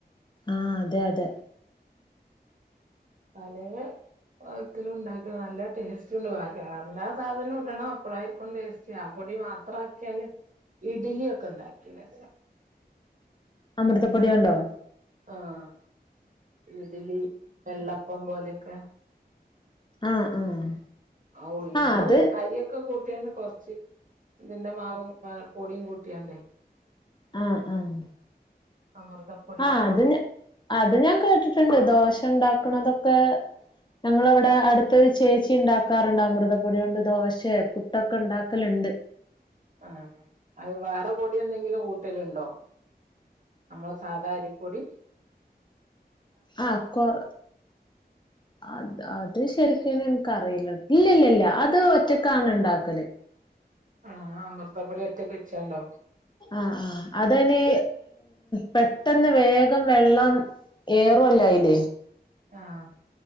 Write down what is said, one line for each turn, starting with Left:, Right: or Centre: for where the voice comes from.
Left: ആഹ് അതെ അതെ
Right: പലെ കോലത്തിലും ഉണ്ടാക്ക നല്ല ടേസ്റ്റ ഉണ്ട് ഭഗ എല്ലാ സാധനവും ഇടണം അപ്പഴായിരിക്കും ടേസ്റ്റി ആ പൊടി മാത്ര ആക്കിയാല് ഇഡലി ഒക്കെ ഉണ്ടാക്കിതിന
Left: അമൃതപ്പൊടിയൊണ്ടോ
Right: ആഹ് ഇഡലി വെള്ളപ്പം പോലെയൊക്കെ
Left: ആഹ് ആഹ്
Right: ആ ഉഴുന്നും
Left: ആഹ് അത്
Right: അരിയൊക്കെ കൂട്ടിയണ്ട് കൊറച്ച് ഇതിന്റെ മാവും പൊടിയും കൂട്ടിയണ്ടേ
Left: ആഹ് ആഹ്
Right: അമൃതപ്പൊടിന്റെ
Left: ആഹ് അത് അത് ഞാൻ കേട്ടിട്ടുണ്ട് ദോശ ഉണ്ടാക്കണതൊക്കെ ക്ക ഞങ്ങളവിടെ അടുത്തൊരു ചേച്ചി ഉണ്ടാക്കാറുണ്ട് അമൃതപ്പൊടുണ്ട് ദോശ പുട്ടൊക്കെ ഉണ്ടാക്കലുണ്ട്
Right: ആ അത് വേറെ പൊടി എന്തെങ്കിലും കൂട്ടലുണ്ടോ നമ്മള സാധാരിപ്പൊടി
Left: ആ കൊറ അത് അത് ശരി എനക്ക്റിയില്ല ഇല്ലല്ല അത് ഒറ്റക്കാണ് ഉണ്ടാക്കല്
Right: ആഹ് അമൃതപ്പൊടി ഒറ്റക്ക് വെച്ചാണ്ടോ
Left: ആഹ ആ അതന് പെട്ടെന്ന് വേഗം വെള്ളം ഏറൂല്ലോ അതിൽ
Right: ആഹ്